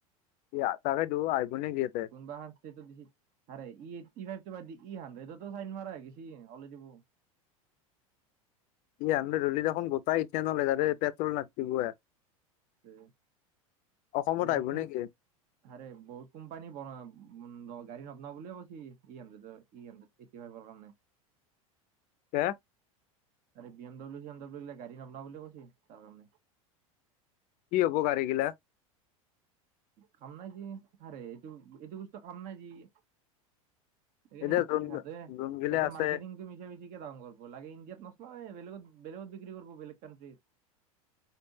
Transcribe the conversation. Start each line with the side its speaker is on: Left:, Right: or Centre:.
Left: ইয়া তাৰে দু আইফুনে দি আছে।
Right: বা হাতচে তো দিহি, হাৰেই ই এইটটি ফাইভ তোমাৰ দিহি হাড্ৰেডতো চাইন মাৰা হে গিছি অলৰেদি মোৰ।
Left: ই হানড্ৰেড ধলিত এখন গোটাই ইথেনলে তাতে পেট্ৰল নাটিব আও-
Right: বহুত
Left: অসমত
Right: বহুত
Left: আহিব
Right: কোম
Left: নেকি?
Right: আৰে বহুত কোম্পানী বনা ব গাড়ী নবনা বুলি কৈছি ই হানড্ৰেডৰ ই হান - এইটি ফাইভৰ কাৰণে।
Left: এয়া -
Right: আৰে B M W C M W গিলা গাড়ী নবনা বুলি কৈছে তাৰ কাৰণে।
Left: কি হব গাড়ীগিলা?
Right: কাম নাই যি, আৰে এইটো এইটো বস্তু কাম নাই যি- এনেই
Left: এতিয়া যোন
Right: ইয়াতে
Left: যোনগিলা আছে
Right: মাৰ্কেটিং- মিছা মিছি কে দাম কৰিব লাগে ইণ্ডিয়াত নচলায়ে বেলেগ বেলেগত বিক্ৰী কৰিব বেলেগ কানট্ৰিত।